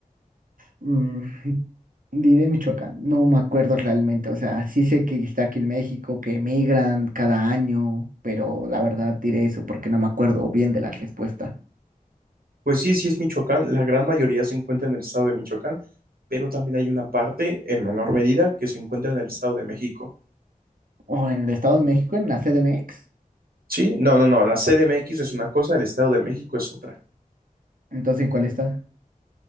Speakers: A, on the right; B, on the right.
A: mm, diré Michoacán, no me acuerdo realmente, o sea, sí sé que está aquí en México, que emigran cada año, pero la verdad diré eso porque no me acuerdo bien de la respuesta.
B: Pues sí, sí es Michoacán, la gran mayoría se encuentra en el estado de Michoacán, pero también hay una parte, en menor medida, que se encuentra en el estado de México.
A: ¿O en el Estado de México, en la CDMX?
B: Sí, no, no, no. La CDMX es una cosa, el Estado de México es otra.
A: Entonces, ¿en cuál está?